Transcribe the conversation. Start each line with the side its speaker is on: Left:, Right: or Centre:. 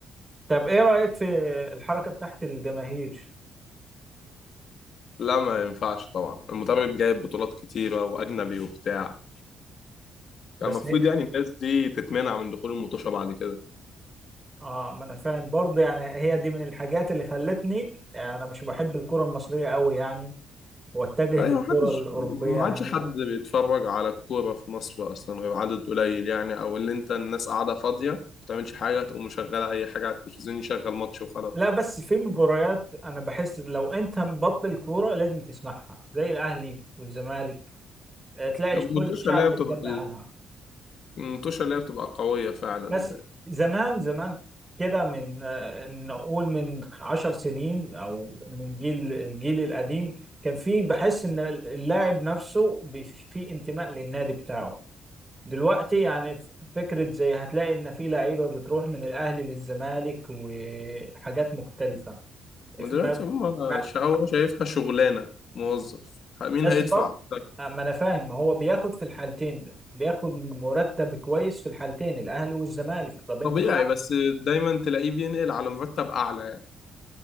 Right: طب ايه رايك في الحركه بتاعت الجماهير
Left: لا ما ينفعش طبعا المدرب جايب بطولات كتيره واجنبي وبتاع
Right: بس
Left: كان المفروض يعني الناس دي تتمنع من دخول المطوشه بعد كده
Right: اه ما انا فاهم برضه يعني هي دي من الحاجات اللي خلتني يعني انا مش بحب الكرة المصرية قوي يعني واتجه للكرة
Left: ايوه محدش
Right: الأوروبية
Left: ما
Right: يعني
Left: عادش حد بيتفرج على الكوره في مصر اصلا غير عدد قليل يعني او اللي انت الناس قاعده فاضيه ما بتعملش حاجه تقوم مشغله اي حاجه على التلفزيون يشغل ماتش وخلاص
Right: لا بس في مباريات انا بحس لو انت مبطل الكورة لازم تسمعها زي الاهلي والزمالك آه، تلاقي
Left: المطوشه
Right: كل الشعب
Left: اللي هي بتبقى
Right: متجمع عنها
Left: المنتوشة اللي هي بتبقى قوية فعلا
Right: بس زمان زمان كده من آه، نقول من عشر سنين او من جيل الجيل القديم كان في بحس ان اللاعب نفسه بي- في انتماء للنادي بتاعه دلوقتي يعني ف- فكرة زي هتلاقي إن في لعيبة بتروح من الأهلي للزمالك وحاجات مختلفة
Left: ما
Right: ف-
Left: دلوقتي
Right: ما
Left: هم
Right: ما
Left: شا- هو شايفها شغلانة موظف مين
Right: بس
Left: هيدفع
Right: برضه
Left: أكتر؟
Right: آه، ما أنا فاهم ما هو بياخد في الحالتين بياخد مرتب كويس في الحالتين الأهلي والزمالك طب أنت
Left: طبيعي بس دايما تلاقيه بينقل على مرتب أعلى يعني